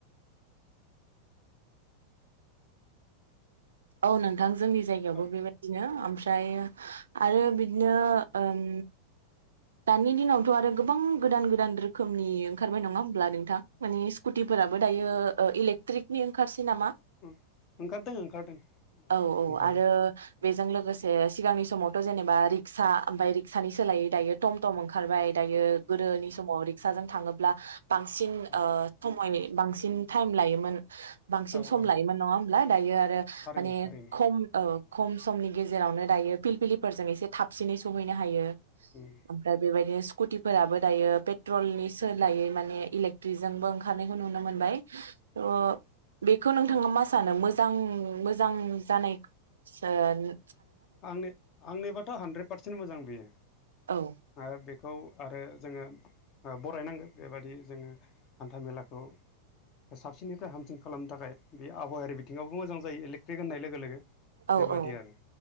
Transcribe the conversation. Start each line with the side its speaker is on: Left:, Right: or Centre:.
Right: औ नोंथां जोंनि जायगायावबो
Left: औ
Right: बेबायदिनो आमफ्रा- फ्रायो आरो बिदिनो ओम दानि दिनावथ' आरो गोबां गोदान गोदान रोखोमनि ओंखारबाय नङा होब्ला नोंथां माने स्कुटिफोराबो दायो इलेक्ट्रिकनि ओंखारसिग नामा
Left: उम ओंखारदों ओंखारदों
Right: औ औ
Left: ओंखारदों
Right: आरो बेजों लोगो लोगोसे सिगांनि समावथ' जेनबा रिक्सा ओमफाय रिक्सानि सोलायै दायो टम टम ओंखारबाय दायो गोदोनि समाव रिक्साजों थाङोब्ला बांसिन
Left: औ
Right: ओ थमयनि बांसिन टाइम लायोमोन बांसिन
Left: औ
Right: सम
Left: औ
Right: लायोमोन नङा होम ना दायो आ रो
Left: थारैनो
Right: माने
Left: थारैनो
Right: खम ओ खम समनि गेजेरावनो दायो फिलफिलिफोरजों एसे थाब सिनै सहैनो हायो।
Left: उम
Right: ओ बेबायदिनो स्कुटिफोराबो दायो पेट्रलनि सोलायै माने इलेक्ट्रिजोंबो ओंखारनायखौ नुनो मोनबाय। थ' बेब खौ नोंथाङा मा सानो मोजां मोजां जानाय ओ
Left: आंनि आंनिबाथ' हानद्रेद पारसेन्ट मोजां बियो। ओ
Right: औ
Left: बेखौ आरो ओ जोङो ओ बरायनांगोन बेबादि जोङो हान्था मेलाखौ साबसिननिफ्राय हामसिन खालामनो थाखाय बे आबहावायारि बिथिङावबो मोजां जायो इलेक्ट्रिक होननाय लोगो लोगो।
Right: औ
Left: बेबादि
Right: औ
Left: आरो